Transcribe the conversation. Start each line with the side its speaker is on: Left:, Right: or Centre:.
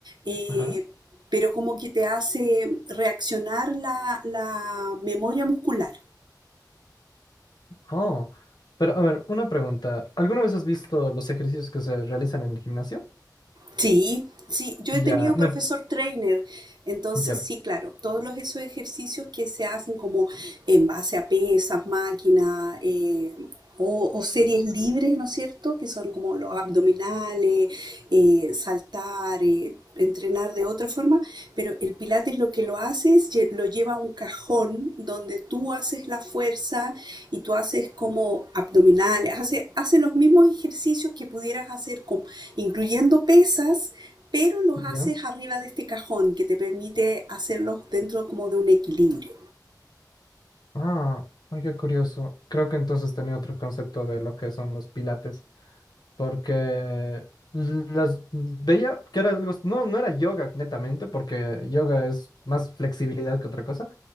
Right: eh,
Left: Ajá.
Right: pero como que te hace reaccionar la, la memoria muscular.
Left: Oh, pero a ver, una pregunta. ¿Alguna vez has visto los ejercicios que se realizan en el gimnasio?
Right: Sí, sí, yo
Left: Ya,
Right: he tenido profesor
Left: me,
Right: trainer, entonces
Left: ya,
Right: sí, claro, todos los, esos ejercicios que se hacen como en base a pesas, máquinas o, o series libres, ¿no es cierto? Que son como los abdominales, eh, saltar, eh, entrenar de otra forma, pero el pilates lo que lo hace es lo lleva a un cajón donde tú haces la fuerza y tú haces como abdominales, hace, hace los mismos ejercicios que pudieras hacer con- incluyendo pesas, pero los haces
Left: ya.
Right: arriba de este cajón que te permite hacerlos dentro como de un equilibrio.
Left: Ah, ay, qué curioso. Creo que entonces tenía otro concepto de lo que son los pilates, porque las veía que era algo, no, no era yoga netamente, porque yoga es más flexibilidad que otra cosa,